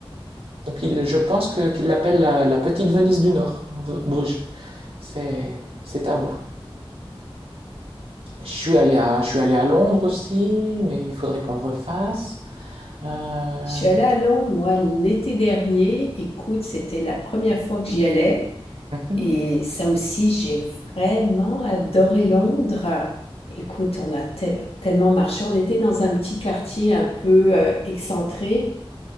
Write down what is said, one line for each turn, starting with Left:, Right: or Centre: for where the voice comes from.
Right: Donc il, je pense que qu'ils l'appellent la, la petite Venise du Nord, V- Bruges. C'est c'est à voir. Je suis allé à, je suis allé à Londres aussi, mais il faudrait qu'on le refasse. Euh,
Left: Je suis allée à Londres, moi, l'été dernier. Écoute, c'était la première fois que j'y allais.
Right: mhm.
Left: Et ça aussi, j'ai vraiment adoré Londres. Écoute, on a tel- tellement marché. On était dans un petit quartier un peu euh, excentré.